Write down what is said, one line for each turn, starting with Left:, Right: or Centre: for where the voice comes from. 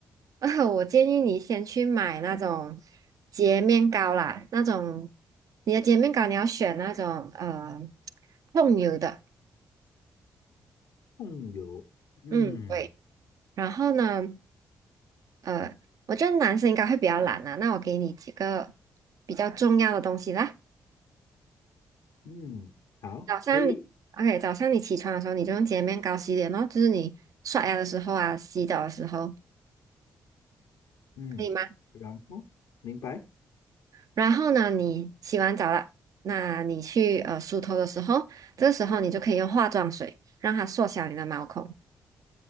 Right: <laughs> 我建议你先去买那种洁面膏啦，那种你的洁面膏你要选那种呃控油的，
Left: 控油，嗯
Right: 嗯对。然后呢，呃，我觉得男生应该会比较懒啊，那我给你几个比较重要的东西啦。
Left: 嗯，好，
Right: 早上你
Left: 可以，
Right: OK，早上你起床的时候你就用洁面膏洗脸咯，就是你刷牙的时候啊，洗澡的时候，
Left: 嗯，
Right: 可以吗？
Left: 然后明白，
Right: 然后呢，你洗完澡了，那你去呃梳头的时候，这时候你就可以用化妆水让它缩小你的毛孔。<laughs>